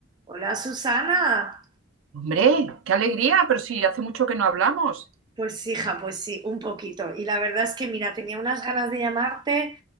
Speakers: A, on the right; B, on the right.
A: Hola Susana,
B: Hombre, qué alegría, pero sí, hace mucho que no hablamos.
A: pues hija, pues sí, un poquito. Y la verdad es que mira, tenía unas ganas de llamarte